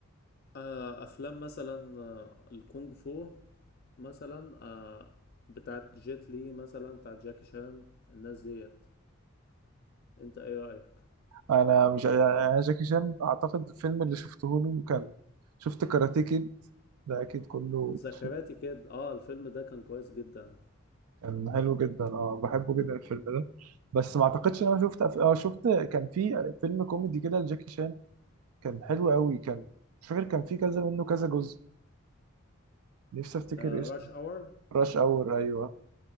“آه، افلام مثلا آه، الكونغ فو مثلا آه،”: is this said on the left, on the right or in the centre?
Left